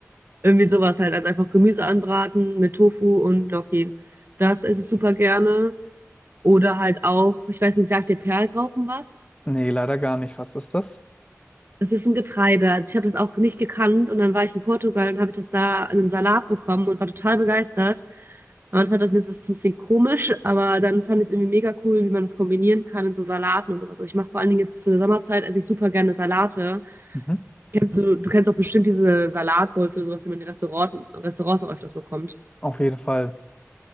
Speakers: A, on the right; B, on the left.
A: Irgendwie sowas halt. Also einfach Gemüse anbraten mit Tofu und Gnocchi. Das esse ich super gerne. Oder halt auch, ich weiß nicht, sagt dir Perlgraupen was?
B: Nee, leider gar nicht. Was ist das?
A: Das ist ein Getreide. Also ich habe das auch nicht gekannt und dann war ich in Portugal und habe ich das da in einem Salat bekommen und war total begeistert. Am Anfang dachte ich mir, das ist ein bisschen komisch, aber dann fand ich es irgendwie mega cool, wie man das kombinieren kann in so Salaten und sowas. Also ich mache vor allen Dingen jetzt zu der Sommerzeit, esse ich super gerne Salate.
B: Mhm.
A: Kennst du, du kennst auch bestimmt diese Salatbowls oder sowas, die man in Restaurants, Restaurants auch öfters bekommt.
B: Auf jeden Fall.